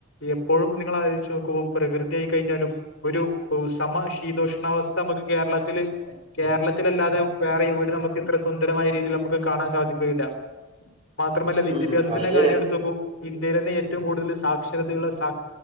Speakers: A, on the left (about 60°); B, on the right (about 25°).
A: എപ്പോഴും നിങ്ങൾ ആലോജിച്ച് നോക്കുമ്പോ പ്രകൃതിയായി കഴിഞ്ഞാലും ഒരു സമ ശീതോഷണാവസ്ഥ നമുക്ക് കേരളത്തിൽ കേരളത്തിലല്ലാതെ വേറെ ഇവിടെ നമുക്ക് ഇത്ര സുന്ദരമായ രീതിയിൽ നമുക്ക് കാണാൻ സാധിക്കുകയില്ല. മാത്രമല്ല വിദ്യാഭ്യാസത്തിന്റെ
B: ഉം അത് ശരിയാ
A: കാര്യം എടുടുത്തൊക്ക് ഇന്ത്യൽ തന്നെ ഏറ്റവും കൂടുതൽ സാക്ഷരതയുള്ള സാ